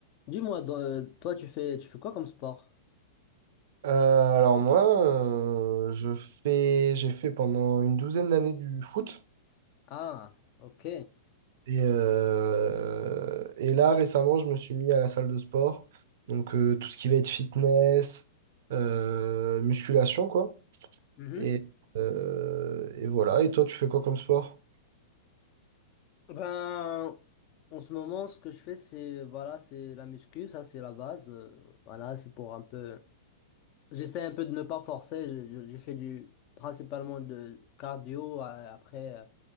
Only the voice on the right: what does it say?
Euh, alors moi, euh, je fais, j'ai fait pendant une douzaine d'années du foot.
Et, euh, et là, récemment, je me suis mis à la salle de sport. Donc, euh, tout ce qui va être fitness, euh, musculation, quoi.
Et, euh, et voilà. Et toi, tu fais quoi comme sport?